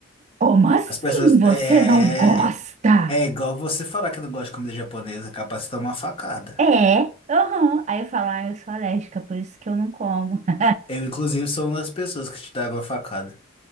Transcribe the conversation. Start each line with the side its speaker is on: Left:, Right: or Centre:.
Right: como assim
Left: As pessoas.
Right: você
Left: É.
Right: não gosta?
Left: É igual você falar que não gosta de comida japonesa, é capaz de tomar uma facada.
Right: É, aham. Aí eu falo, ai, eu sou alérgica, por isso que eu não como. <laughs>
Left: Eu, inclusive, sou uma das pessoas que te dá uma facada.